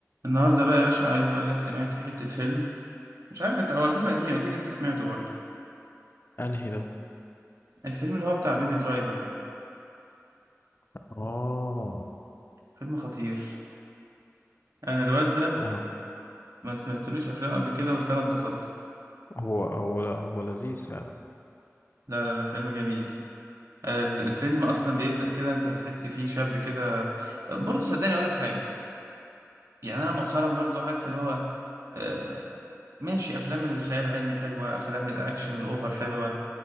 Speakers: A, on the right; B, on the left.
A: النهارده بقى يا باشا عايز اقول لك سمعت حتة فيلم مش عارف انت هو فيلم قديم اكيد انت سمعته برضه
B: انهي ده
A: الفيلم اللي هو بتاع بيبي درايفر ده
B: اه
A: فيلم خطير انا الواد ده
B: ده
A: ما سمعتلوش افلام قبل كده بس انا اتبسطت
B: هو هو لا هو لذيذ فعلا
A: لا لا لا فيلم جميل ال- الفيلم اصلا بيبدأ كده انت بتحس فيه شاب كده برضه صدقني اقول لك حاجة يعني انا مؤخرا برضه عارف اللي هو آه، ماشي افلام الخيال العلمي حلوة افلام الاكشن الاوفر حلوة